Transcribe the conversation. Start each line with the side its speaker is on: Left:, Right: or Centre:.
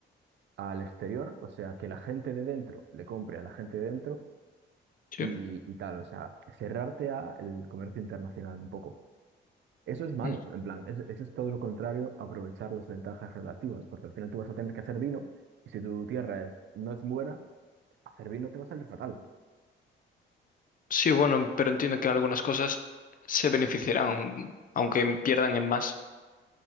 Right: al exterior, o sea, que la gente de dentro le compre a la gente de dentro
Left: sí.
Right: y, y tal, o sea, cerrarte al comercio internacional un poco. Eso es malo,
Left: mm.
Right: en plan, es- eso es todo lo contrario, a aprovechar las ventajas relativas, porque al final tú vas a tener que hacer vino y si tu tierra es, no es buena, hacer vino te va a salir fatal.
Left: Sí, bueno, pero entiendo que algunas cosas se beneficiarán, aunque pierdan en más.